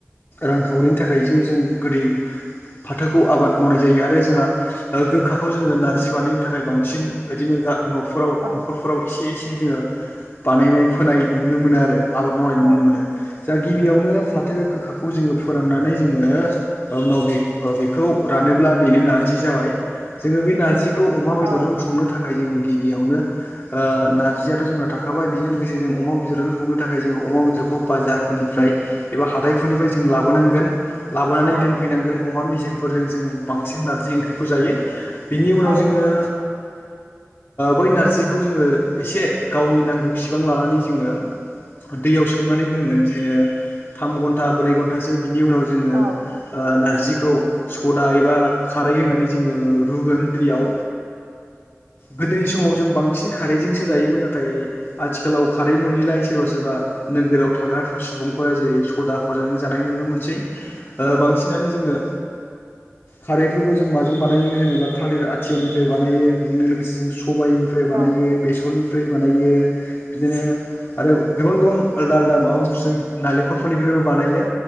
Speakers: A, on the left (about 35°); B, on the right (about 75°).
A: रांखावरिनि थाखाय ज जों गोदै फाथोखौ आबाद मावनाय जायो आरो जोंहा गोखाखौ जोङो नारजि बानायनो थाखाय बांसिन बिओदिनो न'फोराव
B: औ
A: न'खरफोराव एसे एसे एसे जोङो बानायनाय फोनाय नुनो मोनो आरो आबाद मावनाय
B: औ
A: नुनो मोनो। जा गिबियावनो फाथो गोखाखौ जोङो फोराननानै जोङो उनाव बे बेखौ रान ब्ला बेनो नारजि जाबाय जोङो बे नारजिखौ अमा
B: औ
A: बेदरजों संनो थाखाय गिबियावनो नारजियाथ' जोंनना थाखाबाय बेजों लोगोसे जों अमा बेदरजों संनो थाखाय जोङो अमा बेदरखौ बे बाजारफोरनिफ्राय एबा हााइफोरनिफ्राय जों लाबोनांगोन लाबोनानै
B: औ
A: दोनफैनांगोन अमा मेजेंफोरजों जों बांसिन नारजि ओंख्रिखौ जायो। बेनि उनाव
B: औ
A: जोङो
B: <unintelligible>
A: बै नारजिखौ जोङो एसे गावनि नांगौ सिबां लानानै जोङो दैयाव सोमनानै दोनगोन बिदिनो थाम घन्टा ब्रै घन्टासो बिनि उनाव जोङो
B: औ
A: नारजिखौ सदा एबा खारै होनानै जोङो रुगोन दैयाव गोदोनि समाव जों बांसिन खारैजोंसो जायोमोन नाथाय आथिखालाव खारै मोनैलाय सोरबा सोरबा नोगोराव थाग्राफोर सुबुंफोरा जेरै सदाफोरजों जानाय नुनो मोनसै बांसिनानो जोङो खारैफोरखौ जों माजों बानायो होनो थालिर आथियानिफ्राय बानायोायो बेजोंनो लोगोसे जों सबायनिफ्राय
B: औ
A: बानायो बेसरनिफ्राय बानाय बिदिनो आरो गोबां गोबां आलदा आदा माबा नालेंखरफोरनि फोर बानायो